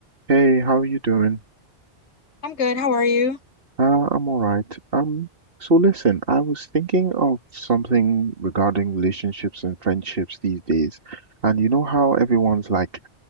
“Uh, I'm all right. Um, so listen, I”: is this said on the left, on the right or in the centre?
Right